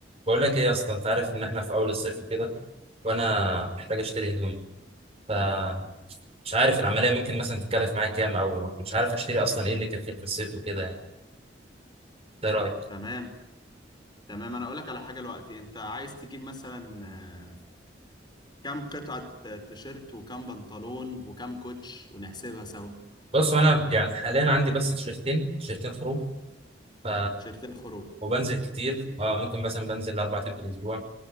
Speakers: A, on the right; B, on the left.
A: بقول لك ايه يا اسطى انت عارف ان احنا في اول الصيف وكده وانا محتاج اشتري هدوم فمش عارف العمليه ممكن مثلا تتكلف معايا كام او مش عارف اشتري اصلا ايه اللي يكفيني في الصيف وكده يعني انت ايه رايك
B: تمام تمام انا اقول لك على حاجه دلوقتي انت عايز تجيب مثلا آه، كام قطعه آه، تيشيرت وكام بنطلون وكام كوتش ونحسبها سوا
A: بص انا يعني حاليا عندي بس تيشرتين تيشرتين خروج ف
B: تيشيرتين خروج
A: وبنزل كتير اه ممكن مثلا بنزل اربع ايام في الاسبوع